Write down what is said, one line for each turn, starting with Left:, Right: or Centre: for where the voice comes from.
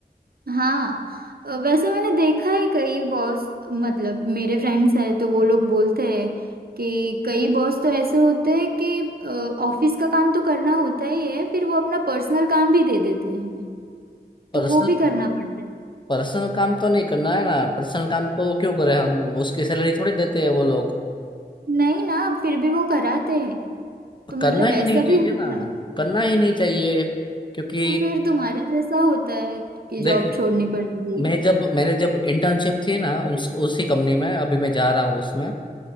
Right: हाँ अ, वैसे मैंने देखा है कई बॉस मतलब मेरे फ्रेंड्स हैं तो वो लोग बोलते हैं कि कई बॉस तो ऐसे होते हैं कि ऑफिस का काम तो करना होता ही है फिर वो अपना पर्सनल काम भी दे देते हैं हमें
Left: पर
Right: तो वो भी करना पड़ता है
Left: पर्सनल काम तो नहीं करना है ना पर्सनल काम को क्यों करें हम उसकी सैलरी थोड़ी देते हैं वो लोग
Right: नहीं ना फिर भी वो कराते हैं तो मतलब
Left: करना ही
Right: ऐसा
Left: नहीं चाहिए
Right: भी होता
Left: ना
Right: है
Left: करना ही नहीं चाहिए क्योंकि
Right: तो फिर तुम्हारे जैसा होता है कि
Left: देखो
Right: जॉब छोड़नी पड़ती थी
Left: मैं जब मेरे जब इंटर्नशिप थी ना उस, उसी कंपनी में अभी मैं जा रहा हूँ उसमें